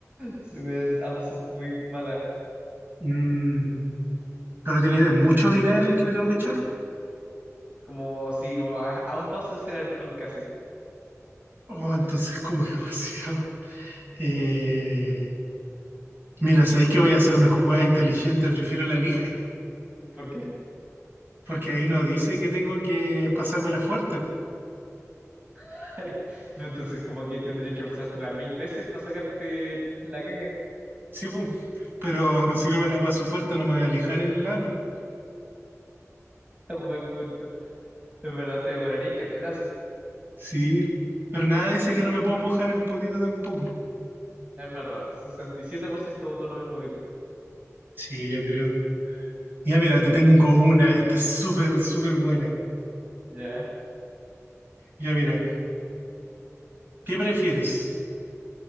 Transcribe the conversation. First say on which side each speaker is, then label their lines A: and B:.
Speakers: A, on the right; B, on the right.
A: Sí, weón, ambas son muy malas.
B: Mm, pero tiene mucho vinagre el que me tengo que echar.
A: Como, sí, como a, a un paso de ser alcohol casi.
B: Oh, entonces como <laughs> demasiado. Eh, Mira, sabéis que voy a hacer una jugada inteligente, prefiero la lija,
A: ¿Por qué?
B: porque ahí no dice que tengo que pasármela fuerte.
A: <laughs> Entonces, como que tendría que pasártela mil veces para sacarte la caga.
B: Sí, pues, pero <laughs> si no me la paso fuerte no me voy a lijar el lano.
A: <laughs> Buen punto. En verdad te demoraría caleta, sí.
B: Sí, pero nada dice que no me puedo mojar el potito tampoco.
A: Es verdad. sesenta y siete por ciento votó lo mismo que tú.
B: Sí, yo creo. Ya mira, te tengo una, esta es súper, súper buena.
A: Ya,
B: Ya mira, ¿qué prefieres?